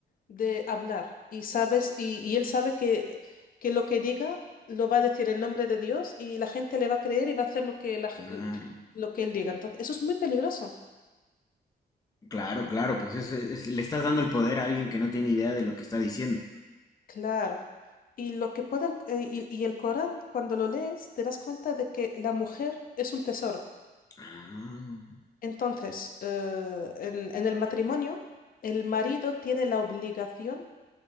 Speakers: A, on the left; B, on the left.
A: de hablar y sabes, y, y él sabe que, que lo que diga lo va a decir en nombre de Dios y la gente le va a creer y va a hacer lo que, la g-
B: Claro.
A: lo que él diga. Entonces, eso es muy peligroso.
B: Claro, claro, pues es- es- le estás dando el poder a alguien que no tiene idea de lo que está diciendo.
A: Claro. Y lo que puede el- eh, y, y el Corán, cuando lo lees, te das cuenta de que la mujer es un tesoro.
B: Ah,
A: Entonces, eh, en, en el matrimonio, el marido tiene la obligación